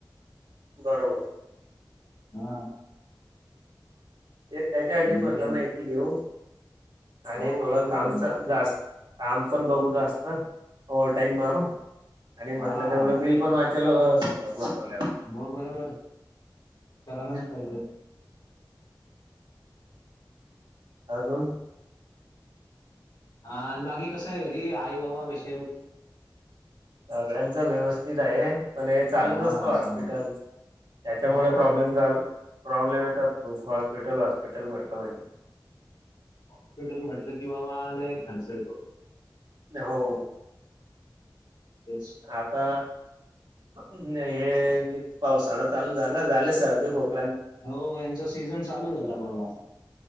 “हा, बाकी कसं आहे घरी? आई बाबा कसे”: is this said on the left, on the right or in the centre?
Left